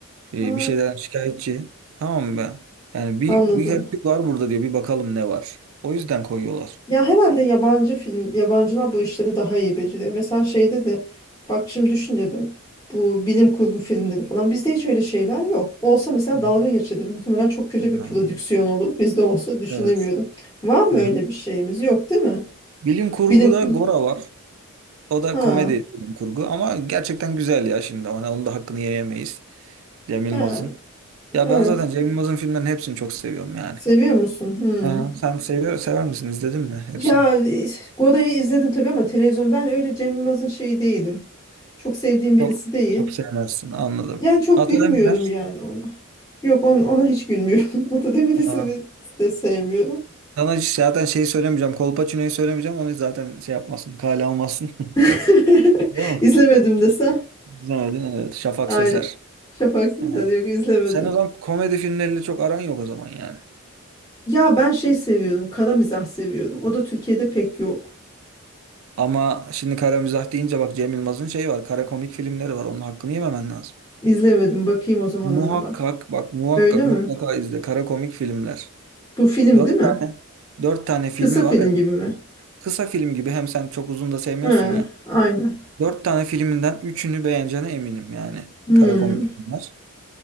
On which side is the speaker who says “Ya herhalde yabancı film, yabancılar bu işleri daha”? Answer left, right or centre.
Left